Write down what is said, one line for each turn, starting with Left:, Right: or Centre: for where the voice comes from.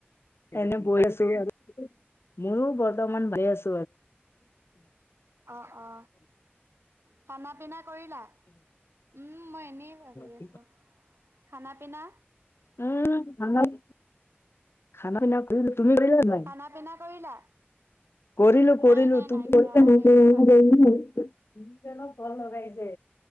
Left: এনে গৈ আছো আৰু মোৰো বৰ্তমান ভাল আছ
Right: অ অ। খানা - পিনা কৰিলা? উম মই এনে বাগৰি
Left: অ
Right: আছো। খানা পিনা?
Left: উম <unintelligible> খানা পিনা কৰিলো, তুমি কৰিলা নে নাই?
Right: খানা পিনা কৰিলা?
Left: কৰিলো কৰিলো,
Right: নাই নাই
Left: তুমি
Right: নাই কৰা
Left: <unintelligible>
Right: আমাৰ দেৰি হয়।
Left: নিজে ন ফল লগাই আছে।